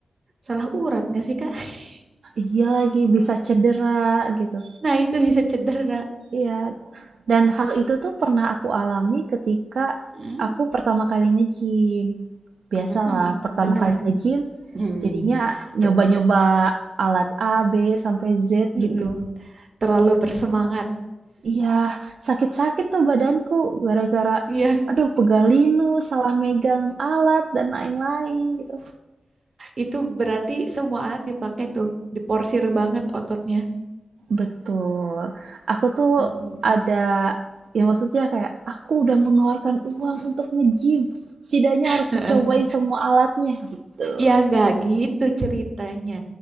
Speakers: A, on the right; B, on the right.
A: salah urat nggak sih Kak? <laughs>
B: Iya lagi bisa cedera gitu.
A: Nah itu bisa cedera.
B: Iya, dan hal itu tuh pernah aku alami ketika
A: Mm,
B: aku pertama kali nge-gym. Biasalah,
A: mm-mm,
B: pertama
A: bener.
B: kali nge-gym
A: Hmm,
B: jadinya
A: ter-
B: nyoba-nyoba alat A, B, sampai Z
A: mm-mm,
B: gitu.
A: terlalu bersemangat.
B: Iya, sakit-sakit tuh badanku gara-gara
A: Iya,
B: aduh pegalinu, salah megang alat dan lain-lain gitu.
A: itu berarti semua alat dipakai tuh, diporsir banget ototnya.
B: Betul. Aku tuh
A: Mm-mm.
B: ada ya maksudnya kayak aku udah mengeluarkan uang untuk nge-gym. Setidaknya harus
A: <laughs>
B: dicobain semua alatnya gitu.
A: Ya nggak gitu ceritanya.